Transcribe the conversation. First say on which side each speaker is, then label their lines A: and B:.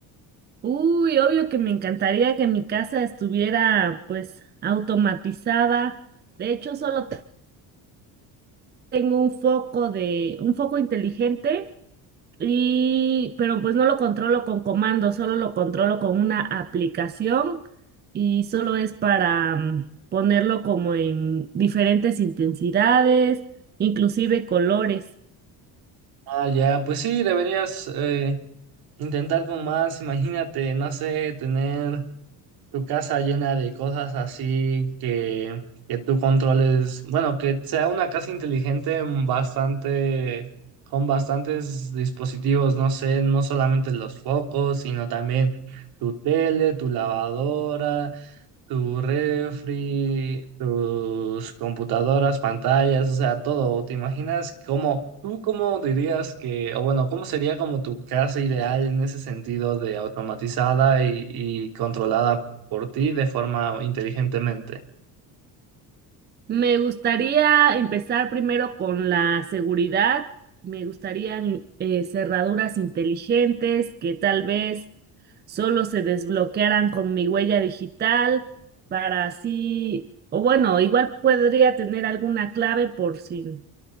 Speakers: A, on the right; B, on the right.
A: Uy, obvio que me encantaría que mi casa estuviera pues automatizada. De hecho, solo te- tengo un foco de un foco inteligente y pero pues no lo controlo con comandos, solo lo controlo con una aplicación y solo es para mm, ponerlo como en diferentes intensidades, inclusive colores.
B: Ah, ya, pues sí, deberías eh, intentar con más, imagínate, no sé, tener tu casa llena de cosas así que, que tú controles, bueno, que sea una casa inteligente mm, bastante, con bastantes dispositivos, no sé, no solamente los focos, sino también tu tele, tu lavadora, tu refri, tus computadoras, pantallas, o sea, todo. ¿Te imaginas cómo, tú cómo dirías que, o bueno, cómo sería como tu casa ideal en ese sentido de automatizada y, y controlada por ti de forma inteligentemente?
A: Me gustaría empezar primero con la seguridad. Me gustarían eh, cerraduras inteligentes que tal vez solo se desbloquearan con mi huella digital para así, o bueno, igual podría tener alguna clave por si